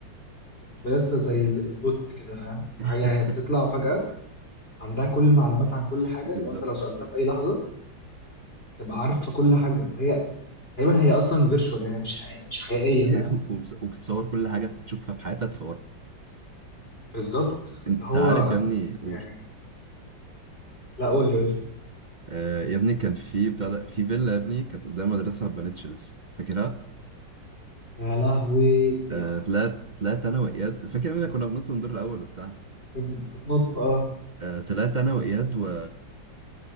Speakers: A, on the left (about 30°); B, on the right (about 55°).
A: بالنسبة لي يا اسطى زي ال- البوت كده فاهم
B: <laughs>
A: هي هي بتطلع فجأة عندها كل المعلومات عن كل حاجة
B: بالظبط
A: لو أنت لو سألتها في أي لحظة تبقى عارفة كل حاجة وهي تقريبا هي اصلا فيرتشوال يعني مش حقيقية مش حقيقيه فاهم
B: <laughs> وبس- وبتصور كل حاجة تشوفها في حياتها تصورها
A: بالظبط
B: انت
A: اللي هو
B: عارف يا ابني قول
A: يعني لا قول لي قول لي
B: آه يا ابني كان في بتاع ده في فيلا يا ابني كانت قدام مدرسة ما اتبنتش لسه فاكرها؟
A: يا لهوي يا
B: آه
A: لهوي
B: طلعت طلعت انا وإياد فاكر يا ابني كنا بننط من الدور الأول وبتاع
A: بن- بتنط اه
B: آه طلعت انا وإياد و...